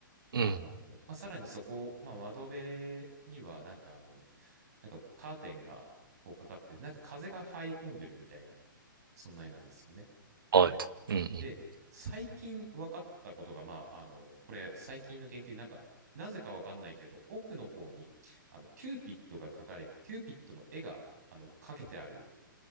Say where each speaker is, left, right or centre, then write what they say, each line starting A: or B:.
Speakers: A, on the right; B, on the right.
A: うん。
B: あの、まあ、さらにそこ、まあ、窓辺には、なんかあの、なんかカーテンがこうかかってて、なんか風が入り込んでるみたいな、そんな絵なんですよね。
A: はい。うんうん。
B: で、最近分かったことが、まあ、あの、これ最近の研究でなんか、なぜか分かんないけど、奥の方に、あの、キューピッドが描かれ、キューピッドの絵が、あの、かけてある